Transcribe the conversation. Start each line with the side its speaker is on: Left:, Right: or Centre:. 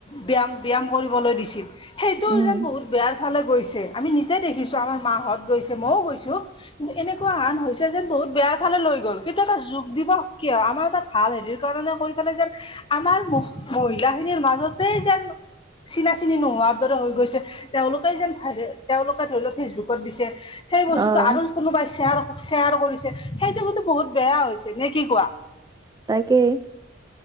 Left: ব্যয়ায়াম- ব্যয়ায়াম কৰিবলৈ দিছিল। সেইটো
Right: উম।
Left: যেন বহুত বেয়াৰ ফালে গৈছে আমি নিজে দেখিছো আমাৰ মাহঁত গৈছে মইও গৈছো এনেকুৱা হান হৈছে তে যেন বহুত বেয়াৰ ফালে লৈ গ'ল, কিন্তু এটা যোগ দিিবস কিয় আমাৰ এটা ভাল হেৰিৰ কাৰণে কৈ পেলাই যেন আমাৰ মহ মহিলা খিনিৰ মাজতে যেন চিনা চিনি নোহোৱাৰ দৰে হৈ গৈছে। তেওঁলোকে যেন ভাইৰেল তেওঁলোকে ধৰি লও ফেচবুকত দিছে, সেই বস্তুটো
Right: অ',
Left: আৰু কোনোবাই শ্বেয়াৰ অক শ্বেয়াৰ কৰিছে সেইটো কিন্তু বহুত বেয়া হৈছে। নে কি কোৱা?
Right: তাকেই।